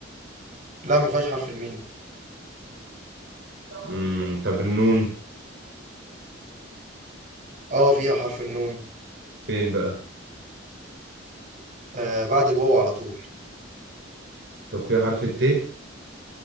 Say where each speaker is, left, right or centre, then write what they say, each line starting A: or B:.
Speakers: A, on the right (about 40°); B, on the right (about 60°).
A: لا ما فيهاش حرف الميم
B: مم. طب النون
A: أه فيها حرف النون
B: فين بقى؟
A: آه بعد الواو على طول
B: طب فيها حرف الت؟